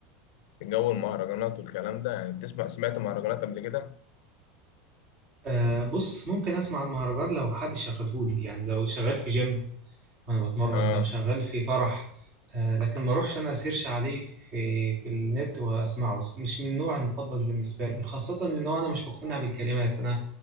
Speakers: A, on the left; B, on the right.
A: في جو المهرجانات والكلام ده يعني بتسمع سمعت مهرجانات قبل كده؟
B: أه بص ممكن اسمع المهرجان لو حد شغلهولي يعني لو شغال في جيم وانا بتمرن
A: آه
B: لو شغال في فرح آه، لكن ما اروحش انا اسيرش عليه في في النت واسمعه مش من النوع المفضل بالنسبه لي خاصه لانه انا مش مقتنع بالكلمات انا